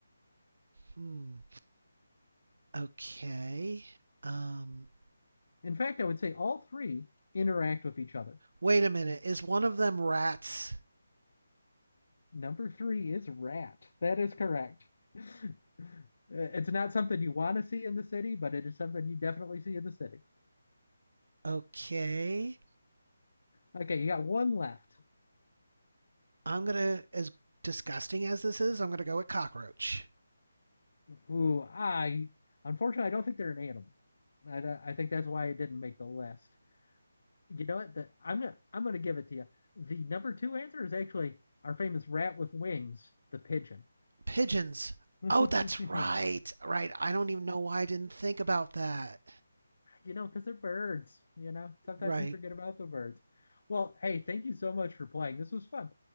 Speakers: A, on the right (about 70°); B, on the left (about 50°).
A: hmm. Okay. Um,
B: In fact, I would say all three interact with each other.
A: wait a minute. Is one of them rats?
B: Number three is rat. That is correct. <laughs> It's not something you want to see in the city, but it is something you definitely see in the city.
A: Okay.
B: Okay, you got one left.
A: I'm gonna, as disgusting as this is, I'm gonna go with cockroach.
B: Who I unfortunately I don't think they're an animal. I, I think that's why it didn't make the list. You know what? The, I'm gonna I'm gonna give it to you. The number two answer is actually our famous rat with wings, the pigeon.
A: Pigeons.
B: <laughs>
A: Oh, that's right.
B: Yeah.
A: Right. I don't even know why I didn't think about that.
B: You know, because they're birds. You know, sometimes
A: Right.
B: we forget about the birds. Well, hey, thank you so much for playing. This was fun.